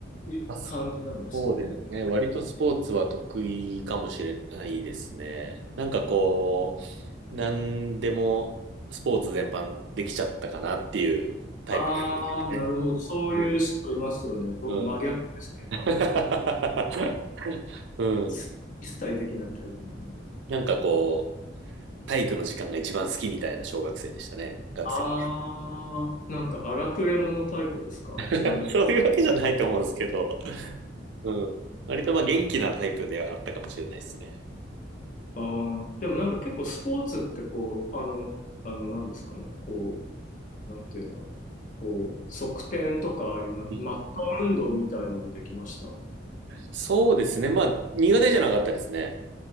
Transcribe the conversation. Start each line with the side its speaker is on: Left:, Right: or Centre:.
Left: い感じなんですよね。
Right: あそうですね。割とスポーツは得意かもしれないですね。なんかこう、なんでもスポーツ全般できちゃったかなっていうタイプですね。
Left: ああ、なるほど。そういう人いますよね。
Right: うん。
Left: 僕真逆ですね。
Right: うん。<laughs> うん。
Left: 一一切できないタイプなので。
Right: なんかこう、体育の時間が一番好きみたいな小学生でしたね。学生。
Left: ああ、なんか荒くれ者タイプですか違い
Right: <laughs> そういうわけじゃないと思うんですけど。うん。割とまあ元気なタイプではあったかもしれないですね。
Left: ああ、でもなんか結構スポーツってこう、あの、あの、なんですかね、こう、なんていうの、あれこう、側転とか、ああいうな、
Right: うんうんうん
Left: マット運動みたいのもできました。
Right: そうですね。まあ苦手じゃなかったですね。